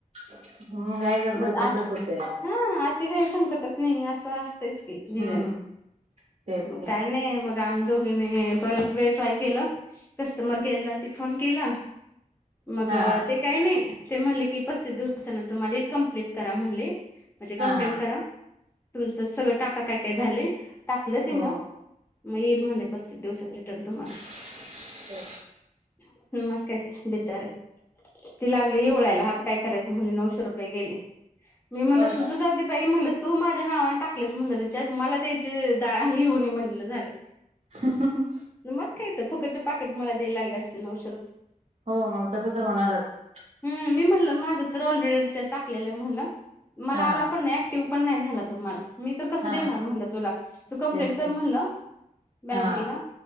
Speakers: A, on the right; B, on the left.
A: हम्म, घाई गडबडीत
B: मग आत
A: तसच होतंय.
B: हा, आती घाई संकटात नेई, असं असतच की‌ लिहिलेला.
A: हम्म तेच
B: म
A: की
B: कायं नायं मग त आम्ही दोघींनी बरच वेळ ट्राय केल. कस्टमर केअरला ते फोन केला मग
A: हा
B: ते काय नाई. ते म्हणले की पस्तीस दिवसांन तुम्हाला येईल कमप्लीट करा म्हणले. म्हणजे
A: हा
B: कंप्लेंट
A: हा
B: करा. तुमचं सगळं टाका काय काय झालंय. टाकल तिनं
A: हो हा
B: म येईल म्हणले, पस्तीस दिवसात रिटर्न तुम्हाला.
A: <inaudible>
B: हूं, मग काय बिचारी, ती लागली ईवळायला हात काय करायचं म्हणले, नऊशे रुपये गेले. मी म्हणलं
A: होय
B: तुझं
A: का
B: जाऊ देत बाई म्हणलं तू माझ्या नावाने टाकलंस म्हणलं रिचार्ज, मला द्यायचं दा हे होऊ नये म्हणलं झालं.
A: <unintelligible>
B: मग काय त, फुकटचे पाकिट मला द्यायला लागले असते. नऊशे रुपये.
A: हो, मग तसं तर होणारच
B: हूं, मी म्हणलं माझं तर ऑलरेडी रिचार्ज टाकलेलायं म्हणलं. मला
A: हा
B: आला पण नाय. टीव पण नायं झाला तो मला मी तर कसं
A: हा
B: देणार म्हणलं तुला, तू कंप्लेंट
A: तेच
B: कर
A: की
B: म्हणलं बँकेला
A: हा